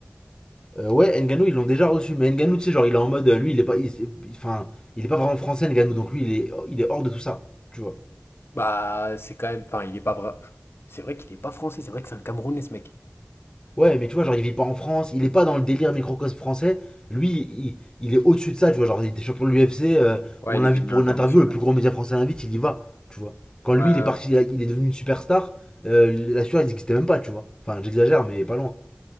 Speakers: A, on the left; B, on the left.
A: Euh, ouais, Ngannou ils l'ont déjà reçu. Mais Ngannou tu sais, genre, il est en mode. euh, Lui, il est pas. il- Enfin, il est pas vraiment français, Ngannou, Donc, lui, il est, il est hors de tout ça. Tu vois.
B: Bah c'est quand même, enfin il est pas vrai. C'est vrai qu'il est pas français, c'est vrai que c'est un Camerounais ce mec.
A: Ouais, mais tu vois, genre, il vit pas en France. Il est pas dans le délire microcosme français. Lui, il, il est au-dessus de ça. Tu vois, genre, il était champion de l'UFC. euh,
B: Ouais,
A: on l'invite
B: il est devenu
A: pour
B: international.
A: une interview. Le plus gros média français l'invite. Il y va. Tu vois. Quand
B: Ouais,
A: lui,
B: ouais.
A: il est parti. Il est devenu une superstar. euh, la sueur, elle n'existait même pas. Tu vois. Enfin, j'exagère, mais pas loin.